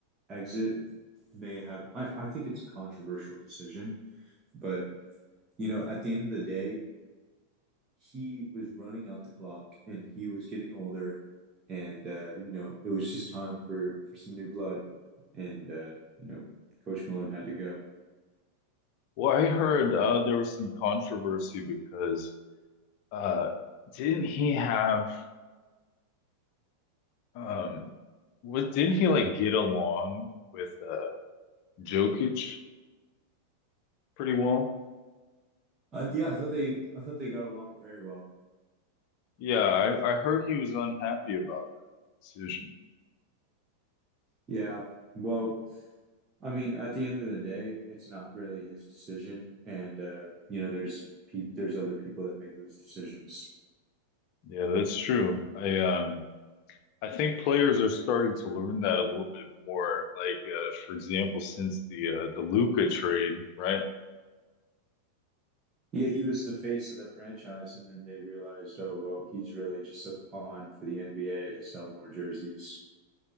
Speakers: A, on the right; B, on the left.
A: exit may have I, I think it's a controversial decision, but you know, at the end of the day, he was running out the clock and he was getting older and uh, you know it was just time for for some new blood and uh, you know coach malone had to go
B: Well, I heard uh, there was some controversy because uh, didn't he have um what didn't he like get along with uh, Jokic pretty well?
A: uh, yeah i thought they i thought they got along very well
B: Yeah, I, I heard he was unhappy about that decision.
A: yeah well I mean, at the end of the day, it's not really his decision, and uh, you know, there's pe there's other people that make those decisions.
B: Yeah, that's true. I um I think players are starting to learn that a little bit more. Like uh, for example, since the uh, the Luka trade, right?
A: Yeah, he was the face of the franchise, and then they realized, oh, well, he's really just a pawn for the NBA to sell more jerseys.